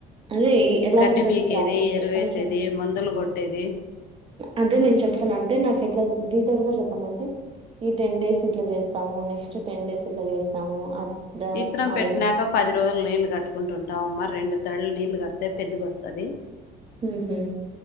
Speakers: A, on the right; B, on the left.
A: అదే ఎలా
B: గడ్డి
A: ఉంటుంది
B: పీకేదీ
A: ప్రాసెస్
B: ఎరువేసేదీ
A: కొంచెం
B: మందులు కొట్టేదీ
A: అదే నేను చెప్తున్న అంటే నాకు ఎట్ల డీటేయిల్ గా చెప్పండి అంటే ఈ టెన్ డేస్ ఇట్ల చేస్తాము నెక్స్ట్ టెన్ డేస్ ఇట్ల చేస్తాము ద
B: ఇతరం
A: ఆ
B: పెట్టినాక
A: డేస్
B: పది రోజులు నీళ్ళు కట్టుకుంటుంటామ్ అమ్మ రెండు తళ్ళ నీళ్లు కడితె పెద్దగా వస్తాది
A: హ్మ్హు